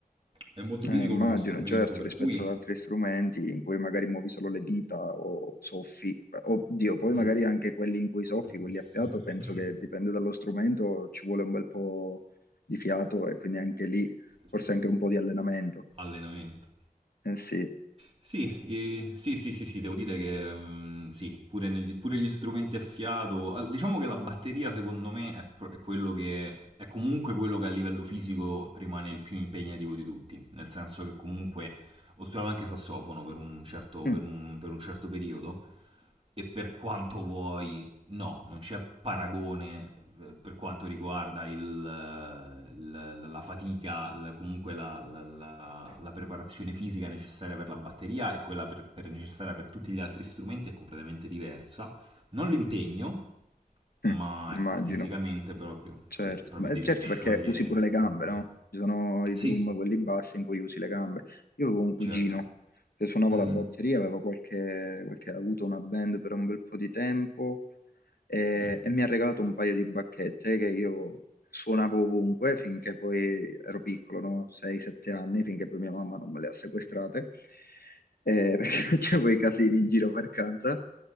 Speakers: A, on the right; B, on the left.
A: è molto
B: Eh,
A: fisico
B: immagino,
A: come strumento,
B: certo,
A: per
B: rispetto
A: cui...
B: ad altri strumenti in cui magari muovi solo le dita o soffi, oddio, poi
A: Mm.
B: magari anche quelli in cui soffi,
A: <laughs>
B: quelli a fiato, penso che dipende dallo strumento, ci vuole un bel po' di fiato e quindi anche lì
A: Sì,
B: forse anche un po' di allenamento.
A: allenamento.
B: Eh sì,
A: Sì, eh, sì, sì, sì, sì, devo dire che mm, sì, pure, negli- pure gli strumenti a fiato. Al- Diciamo che la batteria, secondo me, è, pro- è quello che è comunque quello che a livello fisico rimane il più impegnativo di tutti. Nel senso che comunque ho studiato anche sassofono per un certo,
B: Mm,
A: per un, per un certo periodo. E per quanto vuoi, No, non c'è paragone eh, per quanto riguarda il, eh, il- la fatica, l- comunque la, la- la- la preparazione fisica necessaria per la batteria e quella per- per- necessaria per tutti gli altri strumenti è completamente diversa. Non l'impegno, ma
B: mm,
A: ecco,
B: immagino,
A: fisicamente proprio,
B: certo,
A: sì, proprio
B: ma
A: devi
B: certo
A: sciogliere.
B: perché usi pure le gambe, no?
A: Mm,
B: Ci sono i
A: Sì,
B: drum, quelli bassi in cui usi le gambe. Io avevo un cugino
A: certo.
B: che suonava
A: Mm,
B: la batteria, aveva qualche, qualche, ha avuto una band per un bel po' di tempo. eh,
A: mm,
B: e mi ha regalato un paio di bacchette che io suonavo ovunque finché poi ero piccolo, no? 6-7 anni, finché poi mia mamma non me le ha sequestrate, eh, <laughs> perché facevo i casini in giro per casa.